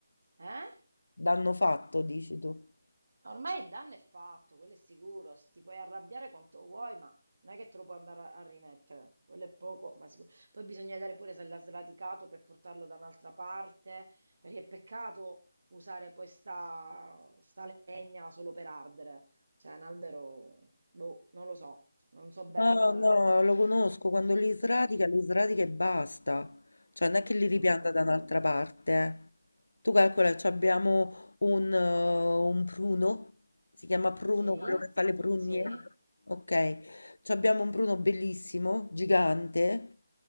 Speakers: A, on the right (about 40°); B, on the left (about 80°).
A: Eh?
B: Danno fatto, dici tu.
A: Ormai il danno è fatto, quello è sicuro. Se ti puoi arrabbiare quanto vuoi, ma non è che te lo puoi andare a, a rimettere. Quello è poco, ma sicuro. Poi bisogna vedere pure se l'ha sradicato per portarlo da un'altra parte, perché è peccato usare poi sta, sta legna solo per ardere. Cioè, un albero, boh, non lo so, non so bene.
B: No, no, lo conosco, quando li sradica,
A: <clears throat>
B: li sradica e basta, cioè non è che li
A: Mm,
B: ripianta da un'altra parte. eh. Tu calcola, ci abbiamo un, eh, un pruno, si chiama pruno
A: sì,
B: quello che fa le prugne,
A: sì.
B: ok? Ci abbiamo un pruno bellissimo, gigante,